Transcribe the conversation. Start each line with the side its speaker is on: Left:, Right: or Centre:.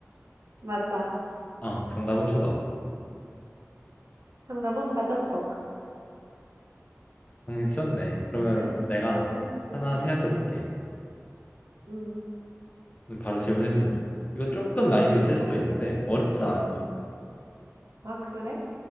Right: 맞아.
Left: 어, 정답은 초밥.
Right: 정답은 맞았어.
Left: 당연히 쉬웠네. 그러면
Right: 응,
Left: 내가
Right: 응, 그치?
Left: 하나 생각해 볼게.
Right: 응,
Left: 바로 질문해 주면 돼. 이거 조금 난이도 있을 수도
Right: 어,
Left: 있는데 어렵진 않을 거야.
Right: 아, 그래?